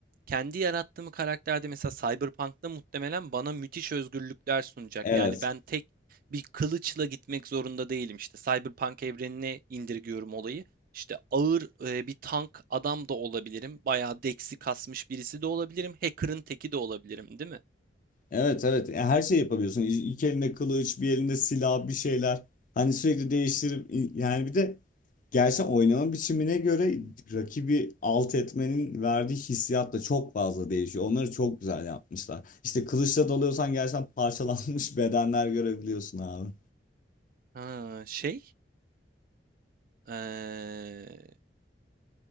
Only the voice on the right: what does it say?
kendi yarattığım karakterde mesela Cyberpunk'ta muhtemelen bana müthiş özgürlükler sunacak.
Yani ben tek bir kılıçla gitmek zorunda değilim. İşte Cyberpunk evrenine indirgiyorum olayı. İşte ağır e, bir tank adam da olabilirim. Bayağı deksi kasmış birisi de olabilirim. Hacker'ın teki de olabilirim, değil mi?
Ha, şey, eee,